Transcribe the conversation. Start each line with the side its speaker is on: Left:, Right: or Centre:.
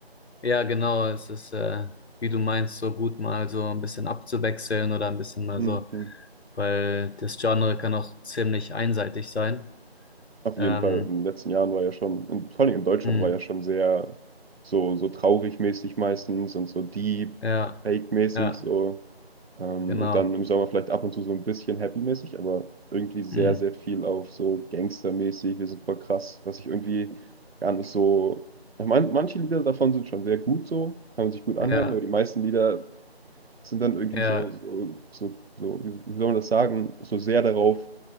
Left: Ja, genau. Es ist, äh, wie du meinst, so gut mal so ein bisschen abzuwechseln oder ein bisschen mal
Right: Mhm.
Left: so, weil das Genre kann auch ziemlich einseitig sein.
Right: Auf
Left: Ähm,
Right: jeden Fall. In den letzten Jahren war ja schon, in, vor allem in Deutschland
Left: hm,
Right: war ja schon sehr so, so traurig mäßig meistens und so deep,
Left: ja,
Right: fake mäßig
Left: ja,
Right: so. Ähm,
Left: genau.
Right: und dann im Sommer vielleicht ab und zu so ein bisschen happy mäßig, aber irgendwie sehr,
Left: Hm,
Right: sehr viel auf so Gangster-mäßig. Wir sind voll krass, was ich irgendwie gar nicht so. Ich mein, manche Lieder davon sind schon sehr gut so, kann man sich gut anhören,
Left: ja,
Right: aber die meisten Lieder sind dann irgendwie
Left: ja,
Right: so, so, so, so wie, wie soll man das sagen, so sehr darauf